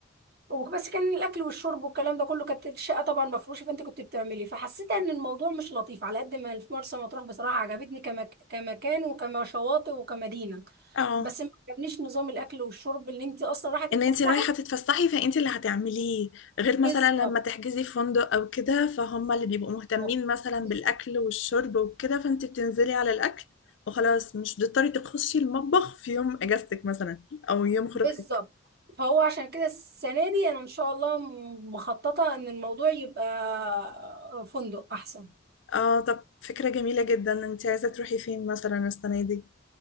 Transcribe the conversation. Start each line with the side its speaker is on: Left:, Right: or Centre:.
Right: وبس كان الاكل والشرب والكلام ده كله كانت الشقه طبعا مفروشه فانت كنت بتعملي فحسيت ان الموضوع مش لطيف على قد ما في مرسى مطروح بصراحه عجبتني كمك... كمكان وكما شواطئ وكمدينه
Left: اه
Right: بس ما عجبنيش نظام الاكل والشرب اللي انت اصلا رايحه تتفسحي
Left: ان انت رايحه تتفسحي فانت اللي هتعمليه غير مثلا
Right: بالظبط
Left: لما تحجزي في فندق او كده فهم اللي بيبقوا مهتمين
Right: اه.
Left: مثلا بالاكل
Right: بس-
Left: والشرب وكده فانت بتنزلي على الاكل وخلاص مش بتضطري تخشي المطبخ في يوم اجازتك مثلا او يوم خروجتك
Right: بالظبط فهو عشان كده السنة دي أنا إن شاء الله م- مخططة إن الموضوع يبقى فندق أحسن
Left: اه طب فكرة جميلة جدا انت عايزة تروحي فين مثلا السنة دي